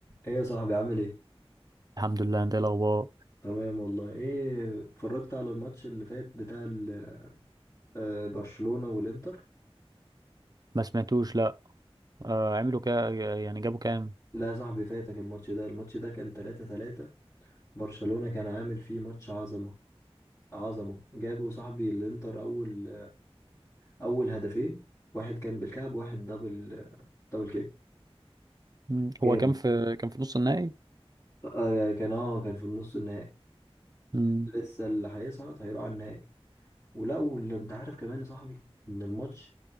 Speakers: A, on the left (about 35°); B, on the right (about 40°).
A: ايه يا صاحبي عامل ايه؟
B: الحمد لله انت ايه الاخبار
A: تمام والله ايه اتفرجت على الماتش اللي فات بتاع ال- آه، برشلونة والانتر؟
B: ما سمعتوش لا آه عملوا كا يعني جابوا كام
A: لا يا صاحبي فاتك الماتش ده الماتش ده كان 3 3 برشلونة كان عامل فيه ماتش عظمة عظمة جابوا صاحبي الانتر اول اول هدفين واحد كان بالكعب واحد دبل دبل كيك
B: مم. هو
A: جامد
B: كان في كان في نص النهائي
A: آه، آه، كان اه كان في النص النهائي
B: مم.
A: لسه اللي هيصعد هيروح على النهائي ولا واللي انت عارف كمان يا صاحبي ان الماتش